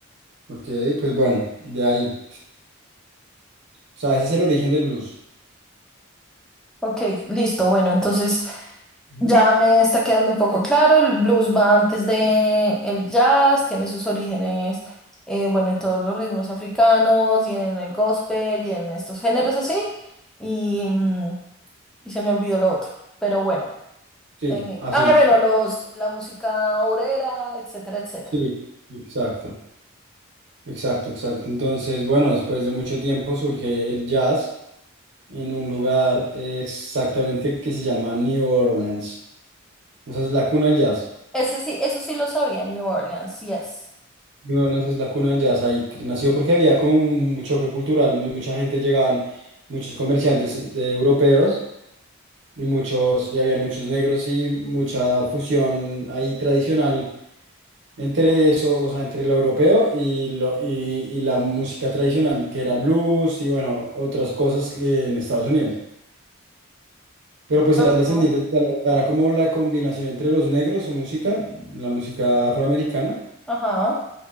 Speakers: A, on the right; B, in the centre.
A: Ok, pues bueno, de ahí. O sea, ese es el origen del blues.
B: Ok, listo. Bueno, entonces
A: Ujú.
B: ya me está quedando un poco claro. El blues va antes de el jazz, tiene sus orígenes, eh, bueno, en todos los ritmos africanos y en el gospel y en estos géneros así. Y, mm, y se me olvidó lo otro. Pero bueno.
A: Sí,
B: eh,
A: así.
B: ah, bueno, los, la música obrera, etcétera, etcétera.
A: Sí, exacto, exacto, exacto. Entonces, bueno, después de mucho tiempo surge el jazz en un lugar eh, exactamente que se llama New Orleans. O sea, es la cuna del jazz.
B: Ese sí, eso sí lo sabía en New Orleans, yes.
A: New Orleans es la cuna del jazz. Ahí cre- nació porque había como un un choque cultural. mu- Mucha gente llegaban, muchos comerciantes de europeos y muchos, y habían muchos negros y mucha fusión ahí tradicional Entre eso, o sea, entre lo europeo y, lo, y, y la música tradicional, que era el blues y bueno, otras cosas que en Estados Unidos. Pero pues
B: Ajá.
A: eran descendientes, claro, era como la combinación entre los negros, su música, la música afroamericana
B: Ajá.